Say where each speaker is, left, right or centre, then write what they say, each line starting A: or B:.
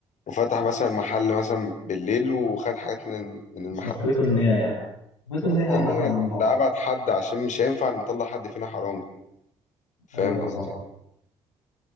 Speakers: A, on the left; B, on the left.
A: وفتح مثلا محل مثلا بالليل وخد حاجات من الم- من المحل
B: صفيتوا النية يعني صفيتوا النية
A: احنا
B: عامة
A: النية
B: من بعض
A: لأبعد حد عشان مش هينفع نطلع حد فينا حرامي فاهم
B: ايوه
A: قصدي
B: صح